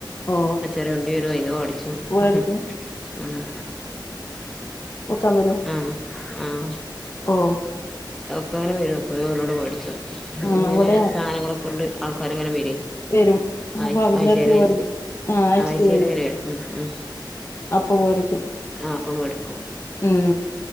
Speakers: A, on the left; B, in the centre.
A: ഓ
B: ആഹ് ചെറിയ വണ്ടി വരും അതീന്ന് മേടിക്കും
A: മേടിക്കും
B: ആഹ്
A: വുക്കാൻ വരോ
B: ഉം ആഹ്
A: ഓ
B: ഒക്കെ അങ്ങനെ വരും അപ്പൊ അവരോട് മേടിച്ചും
A: ആ,
B: ഇങ്ങനെ
A: ഇവിടെ
B: സാധനങ്ങളൊക്കെ കൊണ്ട് ആൾക്കാർ ഇങ്ങനെ വരേ
A: വരും അപ്പൊ
B: ആഴ്ച
A: അതിന്റെ
B: ആഴ്ചേലാഴ്ച്ചെ
A: അടുത്ത് മേടിക്കും ആ ആഴ്ചക്ക്
B: ആഴ്ചേലിങ്ങനെ വരും ഉം ഉം
A: അപ്പൊ മേടിക്കും
B: ആഹ് അപ്പം എടുക്കും
A: ഉം